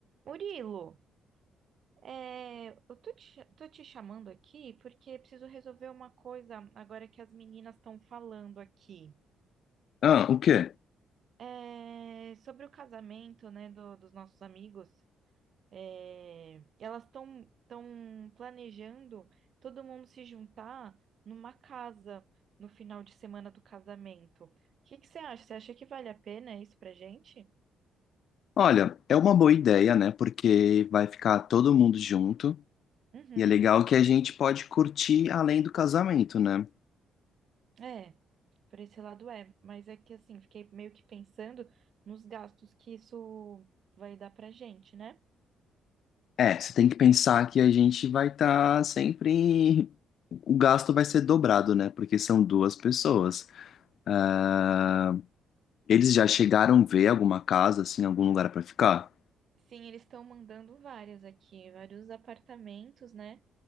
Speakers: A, on the right; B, on the left.
A: Murilo, é, eu tô te, cha- tô te chamando aqui porque preciso resolver uma coisa agora que as meninas estão falando aqui.
B: Ah, o quê?
A: É, sobre o casamento, né, do- dos nossos amigos. É, elas estão estão planejando todo mundo se juntar numa casa no final de semana do casamento. O que que você acha? Você acha que vale a pena isso pra gente?
B: Olha, é uma boa ideia, né? Porque vai ficar todo mundo junto
A: Uhum.
B: e é legal que a gente pode curtir além do casamento, né?
A: É, por esse lado é, mas é que assim, fiquei meio que pensando nos gastos que isso vai dar pra gente, né?
B: É, você tem que pensar que a gente vai estar sempre. O gasto vai ser dobrado, né? Porque são duas pessoas. Ah,
A: Isso, é.
B: eles já chegaram a ver alguma casa, assim, algum lugar pra ficar?
A: Sim, eles estão mandando várias aqui, vários apartamentos, né?